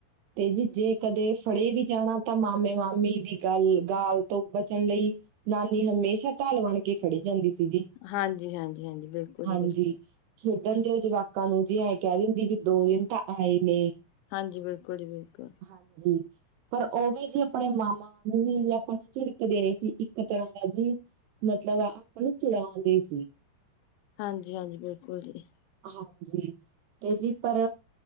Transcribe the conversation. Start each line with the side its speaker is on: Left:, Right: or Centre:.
Right: ਤੇ ਜੀ ਜੇ ਕਦੇ ਫੜੇ ਵੀ ਜਾਣਾ, ਤਾਂ ਮਾਮੇ ਮਾਮੇ ਦੀ ਗੱਲ ਦਾ ਤੋਂ ਬਚਨ ਲਈ ਨਾਨੀ ਹਮੇਸ਼ਾ ਢਾਲ ਬਣ ਕੇ ਖੜੀ ਜਾਂਦੀ ਸੀ ਜੀ।
Left: ਹਾਂਜੀ, ਹਾਂਜੀ, ਹਾਂਜੀ ਬਿਲਕੁਲ
Right: ਹਾਂਜੀ,
Left: ਜੀ ਬਿਲਕੁਲ।
Right: ਖੇਡਣ ਦੇਓ ਜਵਾਕਾਂ ਨੂੰ ਜੀ, ਐ ਕੈ ਦਿੰਦੀ ਵੀ ਦੋ ਦਿਨ ਤਾਂ ਆਏ ਨੇ।
Left: ਹਾਂਜੀ, ਬਿਲਕੁਲ ਜੀ ਬਿਲਕੁਲ।
Right: ਹਾਂਜੀ। ਪਰ ਓ ਵੀ ਜੀ ਆਪਣੇ ਮਾਮਾ ਮਾਮੀ ਵੀ, ਆਪਾਂ ਨੂੰ ਝਿੜਕ ਦੇ ਣੀ ਸੀ ਇੱਕ ਤਰ੍ਹਾਂ ਦਾ ਜੀ ਮਤਲਬ, ਆਪਾਂ ਨੂੰ ਚਿੜਾਉਂਦੇ ਸੀ।
Left: ਹਾਂਜੀ, ਹਾਂਜੀ ਬਿਲਕੁਲ ਜੀ।
Right: ਹਾਂਜੀ, ਤੇ ਜੀ ਪਰ